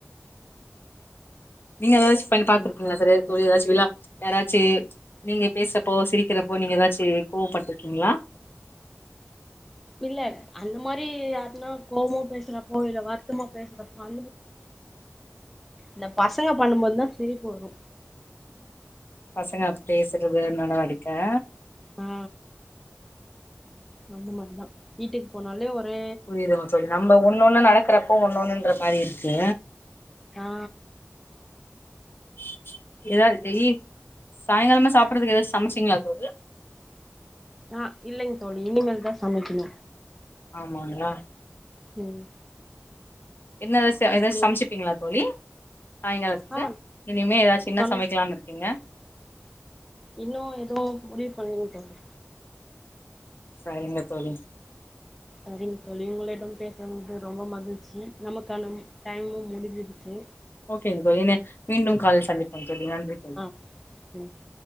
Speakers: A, on the left; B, in the centre.
A: நீங்க ஏதாச்சு பண்ணி பாத்துருப்பீங்களா
B: சரி, சரி.
A: தோழி <unintelligible> யாராச்சி நீங்க பேசறப்போ சிரிக்கிறப்போ நீங்க ஏதாச்சி கோவப்பட்ருக்கீங்ளா
B: இல்ல அந்த மாரி யாருன்னா கோவமா பேசுறப்போ இல்ல வருத்தமா பேசுறப்போ இந்த பசங்க பண்ணும்போது தா சிரிப்பு வரு
A: பசங்க பேசுறது நால அடிக்கே
B: ஆ அந்த மாரிதா வீட்டுக் போனாலே ஒரு
A: புரியுதுங் தோழி நம்ம ஒன்னுண்ணு நடக்கறப்போ ஒன்னொண்ணுன்ற மாரி இருக்கு
B: ஆ
A: <unintelligible> சாயங்காலமா சாப்பிறதுக்கு ஏதாச்சு சமைச்சிங்களா தோழி
B: ஆ இல்லைங் தோழி இனிமேல்தா சமைக்கணு
A: ஆமாங்ளா
B: ம்
A: <unintelligible> ஏதாவது
B: சட்னி
A: சமைச்சிப்பீங்களா தோழி சாயங்காளத்துக்கு
B: ஆ
A: இனிமே ஏதாச்சின்ன
B: சம
A: சமைக்கலான் இருக்கேங்க
B: இன்னு எதோ முடிவு பண்ணலீங் தோழி
A: சரிங்க தோழி
B: சரிங் தோழி இவங்களே பண்ணி பேசுறது வந்து ரொம்ப மகிழ்ச்சி நமக்கான டைமும் முடிஞ்சிருச்சு
A: ஓகேங்க ஏ மீண்டும் காலைல சந்திப்போங் தோழி நன்றி தோழி
B: <inaudible>